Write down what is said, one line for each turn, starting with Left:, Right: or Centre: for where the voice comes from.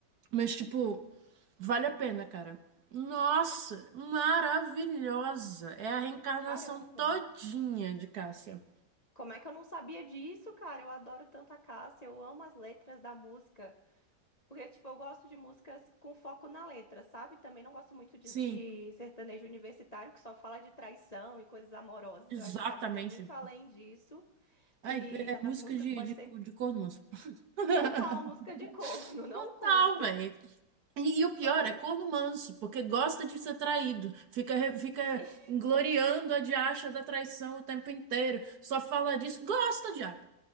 Right: Mas, tipo, vale a pena, cara. Nossa, maravilhosa! É a reencarnação
Left: caramba.
Right: todinha de Cássia.
Left: Como é que eu não sabia disso, cara? Eu adoro tanto a Cássia, eu amo as letras da música. Porque, tipo, eu gosto de músicas com foco na letra, sabe? Também não gosto muito de,
Right: Sim,
Left: de sertanejo universitário que só fala de traição e coisas amorosas.
Right: exatamente.
Left: Eu acho que a vida é muito além disso.
Right: Ai,
Left: E
Right: é
Left: nas
Right: música
Left: músicas
Right: de,
Left: pode
Right: de, cu-
Left: ser
Right: de corno manso. <laughs>
Left: total música de corno, <laughs> não
Right: Total,
Left: curto.
Right: velho. E, e o
Left: Funk,
Right: pior é
Left: eu...
Right: corno manso, porque gosta de ser traído. Fica, re- fica
Left: sim,
Right: gloriando a diacha da traição o tempo inteiro. Só fala disso. Gosta, diabo.